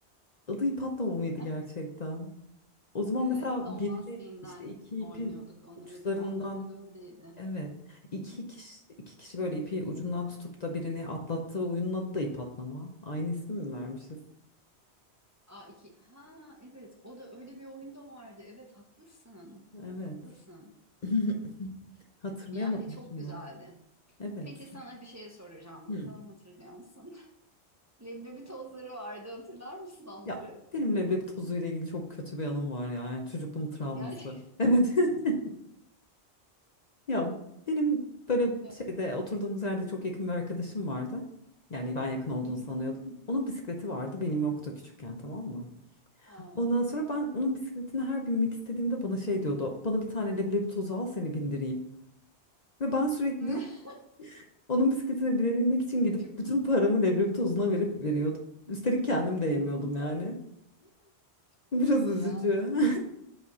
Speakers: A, on the left; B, on the right.
A: Adı ip atlama mıydı
B: <laughs>
A: gerçekten? O zaman
B: Evet,
A: mesela
B: Don
A: birini
B: Lastiği'nden
A: işte iki
B: oynuyorduk
A: ipi
B: onları
A: uçlarından
B: değil mi? Onların adı öyleydi.
A: Evet. İki
B: Hı hı.
A: kişi, iki kişi böyle ipi ucundan tutup da birini atlattığı oyunun adı da ip atlama. Aynı ismi mi vermişiz?
B: Aa, iki... Ha evet o da öyle bir oyun da vardı. Evet haklısın.
A: Evet.
B: Haklısın.
A: <laughs> Hatırlayamadım
B: Yani çok
A: şimdi
B: güzeldi.
A: onu. Evet.
B: Peki sana bir şey soracağım.
A: Hı.
B: Bakalım hatırlıyor musun? <laughs> Leblebi tozları vardı. Hatırlar mısın onları?
A: Ya benim leblebi tozuyla ilgili çok kötü bir anım var ya. Yani çocukluğum travması.
B: Gerçekten.
A: Evet. <laughs> Ya benim böyle
B: <laughs> Evet.
A: şeyde oturduğumuz yerde çok yakın bir arkadaşım vardı. Yani ben yakın olduğunu
B: Hı hı.
A: sanıyordum. Onun bisikleti vardı, benim yoktu küçükken tamam mı?
B: Aa.
A: Ondan sonra ben onun bisikletine her binmek istediğimde bana şey diyordu. Bana bir tane leblebi tozu al seni bindireyim. Ve ben sürekli
B: <laughs>
A: onun bisikletine binebilmek için gidip
B: Çok
A: bütün paramı
B: iyi,
A: leblebi tozuna verip veriyordum. Üstelik kendim de yemiyordum yani.
B: çok
A: Biraz
B: iyi
A: üzücü.
B: ya.
A: <laughs>